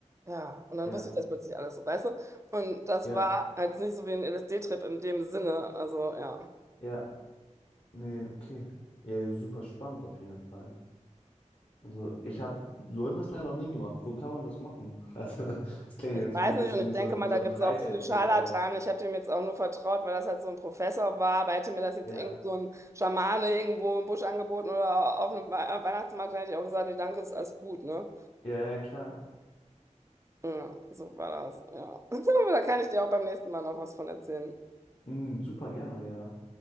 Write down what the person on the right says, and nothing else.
Ja, und dann
wusste ich das plötzlich alles so, weißt du? Und das
war halt nicht so wie ein LSD-Trip in dem Sinne. Also, ja.
Ich
weiß
nicht
und ich
denke
mal,
da
gibt
es auch viele Scharlatane.
Ich habe dem jetzt auch nur vertraut, weil das halt so ein Professor war. Aber hätte mir das jetzt
irgend so ein Schamane irgendwo im Busch angeboten oder auf einem Wei- Weihnachtsmarkt, dann hätte ich auch gesagt, nee, danke, ist alles gut, ne?
Ja, so war das, ja. <laughs> Aber da kann ich dir auch beim nächsten Mal noch was von erzählen.